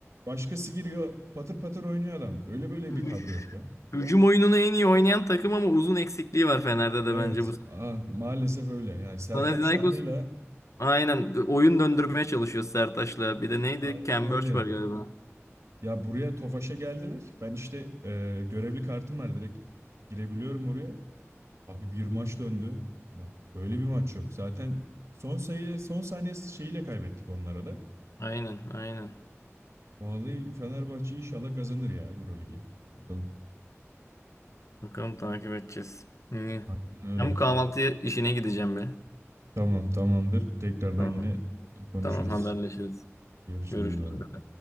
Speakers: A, on the right; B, on the left.
A: Başkası giriyor patır patır oynuyor adam. Öyle böyle
B: hü-
A: bir kadro yok ya.
B: hücum oyununu en iyi oynayan takım ama uzun eksikliği var Fener'de
A: Evet,
B: de bence bu.
A: a- maalesef öyle. Yani Sertaç
B: Panathinaikos
A: Şanlı'yla
B: aynen oyun döndürmeye çalışıyor Sertaç'la. Bir de neydi?
A: aynen
B: Cambridge
A: öyle.
B: var galiba.
A: Ya buraya Tofaş'a geldiler. Ben işte e, görevli kartım var direkt girebiliyorum oraya. Abi bir maç döndü. Bak böyle bir maç yok. Zaten son sayı son saniye şeyiyle kaybettik onlara da.
B: Aynen aynen.
A: Vallahi Fenerbahçe inşallah kazanır ya Euroligi. Bakalım.
B: Bakalım takip edeceğiz. İyi.
A: Aynen öyle.
B: Ben bu kahvaltı işine gideceğim be.
A: Tamam, tamamdır. Tekrardan
B: Tamam,
A: yine konuşuruz.
B: tamam haberleşiriz.
A: Görüşürüz
B: Görüşürüz.
A: abi.